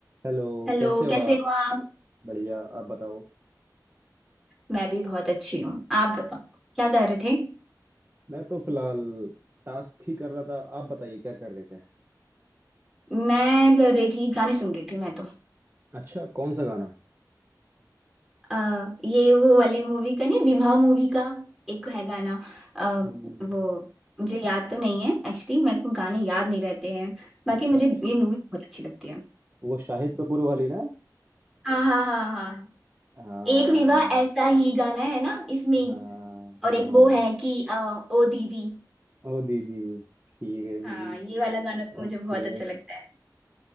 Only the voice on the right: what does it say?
Hello
कैसे हो
आप
बढ़िया आप बताओ
मैं तो फिलहाल टास्क ही कर रहा था आप बताइए क्या कर रहे थे
अच्छा कौन सा गाना
हम्म,
अच्छा
अच्छा
वो शाहिद कपूर वाली ना
हाँ
हाँ
हाँ
हाँ
ओ दीदी ठीक है
दीदी
ओके